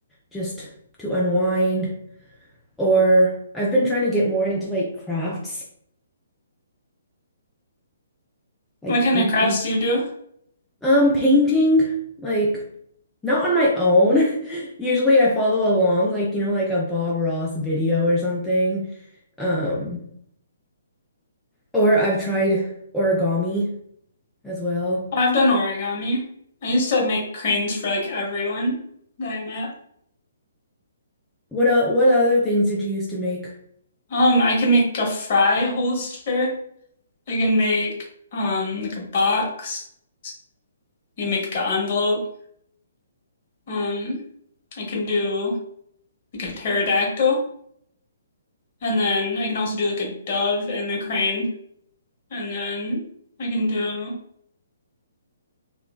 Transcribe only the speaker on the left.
What kind
of crafts do you do? Well,
I've done origami. I used to make cranes for like everyone that I met.
Um, I can make a fry holster. I can make um like a box. I can make an envelope. Um, I can do like a pterodactyl, and then I can also do like a dove and a crane, and then I can do